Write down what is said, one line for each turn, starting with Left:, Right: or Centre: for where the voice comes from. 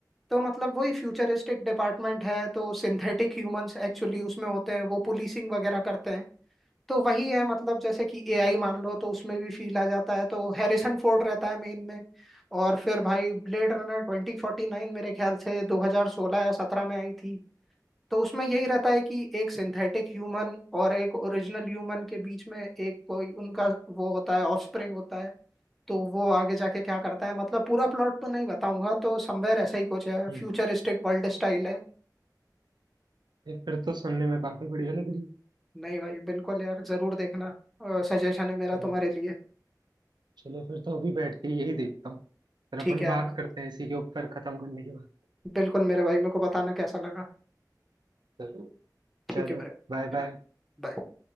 Centre: तो मतलब वही फ्यूचरिस्टिक डिपार्टमेंट है तो सिंथेटिक ह्यूमंस एक्चुअली उसमें होते हैं वो पुलिसिंग वगैरह करते हैं तो वही है मतलब जैसे कि एआई मान लो तो उसमें भी फील आ जाता है तो हैरिसन फोर्ड रहता है मेन में और फिर भाई Blade Runner twenty forty nine मेरे ख्याल से 2016 या 17 में आई थी तो उसमें यही रहता है कि एक सिंथेटिक ह्यूमन और एक ओरिजिनल ह्यूमन के बीच में एक कोई उनका वो होता है ऑफस्प्रिंग होता है तो वो आगे जाके क्या करता है मतलब पूरा प्लॉट तो नहीं बताऊंगा तो समवेयर ऐसा ही कुछ है
Right: हम्म।
Centre: फ्यूचरिस्टिक वर्ल्ड स्टाइल है
Right: ये फिर तो सुनने में काफी बढ़िया लग रही है।
Centre: नहीं भाई बिल्कुल यार जरूर देखना सजेशन है मेरा
Right: चलो
Centre: तुम्हारे लिए
Right: चलो फिर तो अभी बैठ के यही देखता हूँ फिर
Centre: ठीक
Right: अपन
Centre: है
Right: बात
Centre: यार
Right: करते हैं इसी के ऊपर खत्म करने के बाद
Centre: बिल्कुल मेरे भाई मेरे को बताना कैसा लगा
Right: जरूर चलो
Centre: ठीक है मेरे भाई।
Right: बाय बाय
Centre: हाँ bye.